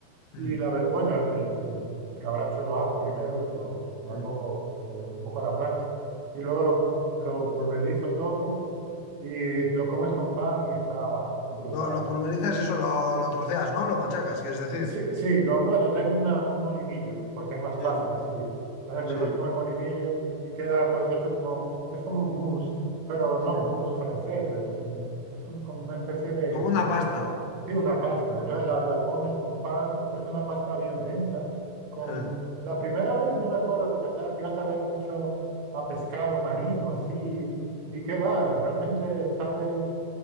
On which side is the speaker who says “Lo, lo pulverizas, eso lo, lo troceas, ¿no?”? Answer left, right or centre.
Left